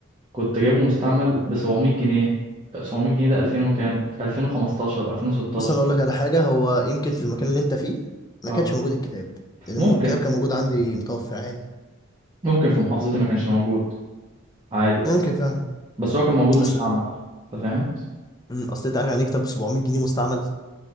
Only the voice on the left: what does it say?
بص انا اقول لك على حاجه هو يمكن في المكان اللي انت فيه ما
كانش موجود الكتاب لان
الم- الكتاب كان موجود عندي متوفر عادي
ممكن فعلا
اصل
أمم، اصل انت عارف يعني إيه كتاب ب 700 جنيه مستعمل